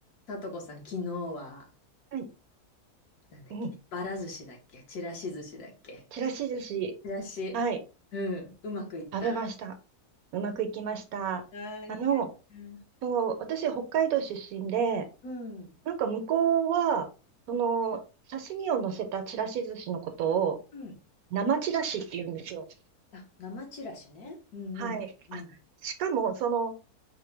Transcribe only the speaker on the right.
はい。
うん。
ちらし寿司。
はい。
食べました。うまくいきました。
あの、
そう、私、北海道出身で、
なんか向こうは、その、刺身を乗せたちらし寿司のことを、
生ちらしって言うんですよ。
はい。
あ、
しかも、その、